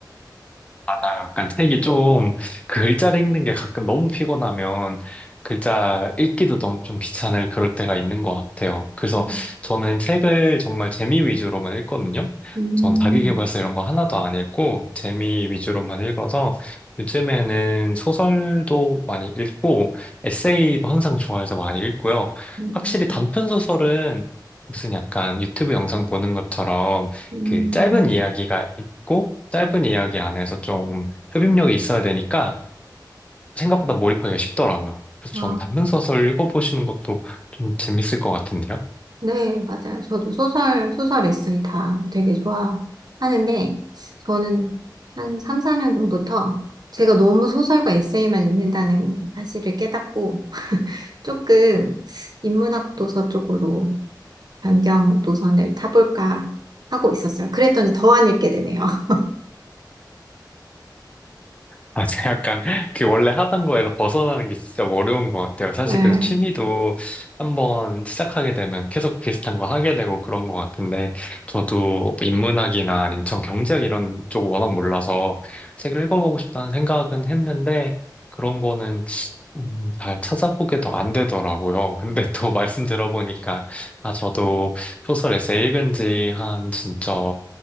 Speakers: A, on the left; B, on the right.
A: 아, 약간 책이 좀, 그 글자를 읽는 게 가끔 너무 피곤하면, 글자 읽기도 너무 좀 귀찮을 그럴 때가 있는 것 같아요. 그래서
B: 음.
A: 저는 책을 정말 재미 위주로만 읽거든요.
B: 음,
A: 전 자기계발서 이런 거 하나도 안 읽고, 재미 위주로만 읽어서, 요즘에는 소설도 많이 읽고, 에세이도 항상 좋아해서 많이 읽고요.
B: 음,
A: 확실히 단편 소설은 무슨 약간 유튜브 영상 보는 것처럼,
B: 음.
A: 그 짧은 이야기가 있고, 짧은 이야기 안에서 좀 흡입력이 있어야 되니까 생각보다 몰입하기가 쉽더라고요. 그래서
B: 아,
A: 전 단편 소설 읽어보시는 것도 좀 재밌을 것 같은데요.
B: 네, 맞아요. 저도 소설, 소설 에세이 다 되게 좋아하는데, 저는 한 3, 4년 전부터 제가 너무 소설과 에세이만 읽는다는 사실을 깨닫고, 조금 인문학 도서 쪽으로 변경 노선을 타볼까 하고 있었어요. 그랬더니 더 안 읽게 되네요. <laughs>
A: 아, 제가 약간 <laughs> 그 원래 하던 거에서 벗어나는 게 진짜 어려운 것 같아요. 사실
B: 네.
A: 그래서 취미도 한번 시작하게 되면 계속 비슷한 거 하게 되고 그런 것 같은데 저도 인문학이나 인천 경제학 이런 쪽 워낙 몰라서 책을 읽어보고 싶다는 생각은 했는데 그런 거는 음, 잘 찾아보게 더 안 되더라고요. 근데 또 <laughs> 말씀 들어보니까 아, 저도 소설 에세이 읽은 지 한 진짜